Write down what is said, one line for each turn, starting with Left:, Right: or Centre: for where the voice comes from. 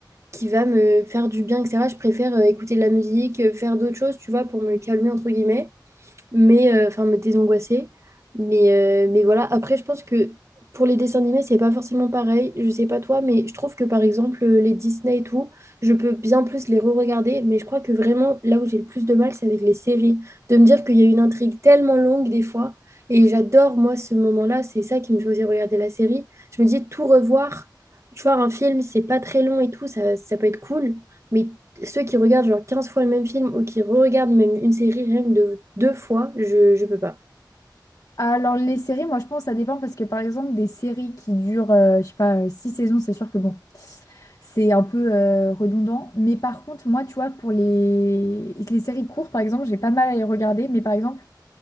Right: qui va me faire du bien, etc. Je préfère euh, écouter de la musique, euh, faire d'autres choses, tu vois, pour me calmer, entre guillemets mais euh, enfin me désangoisser. Mais, euh, mais voilà, après, je pense que pour les dessins animés, c'est pas forcément pareil. Je sais pas toi, mais je trouve que par exemple, euh, les Disney et tout, je peux bien plus les re-regarder. Mais je crois que vraiment, là où j'ai le plus de mal, c'est avec les séries. De me dire qu'il y a une intrigue tellement longue des fois. Et j'adore, moi, ce moment-là. C'est ça qui me faisait regarder la série. Je me dis, tout revoir, tu vois, un film, c'est pas très long et tout, ça, ça peut être cool. Mais ceux qui regardent genre 15 fois le même film ou qui regardent même une série rien que de deux fois, je, je peux pas.
Left: Alors les séries, moi je pense ça dépend parce que par exemple des séries qui durent, euh, je sais pas, euh, 6 saisons, c'est sûr que bon, c'est un peu euh, redondant. Mais par contre, moi tu vois, pour les, les séries courtes, par exemple, j'ai pas de mal à les regarder. Mais par exemple,